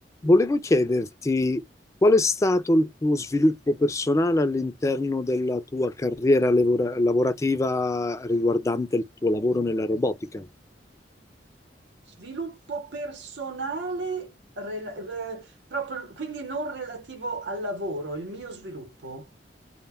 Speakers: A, on the left; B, on the right.
A: Volevo chiederti qual è stato il tuo sviluppo personale all'interno della tua carriera lavora- lavorativa riguardante il tuo lavoro nella robotica?
B: Sviluppo personale, rela- eh, proprio, quindi non relativo al lavoro, il mio sviluppo.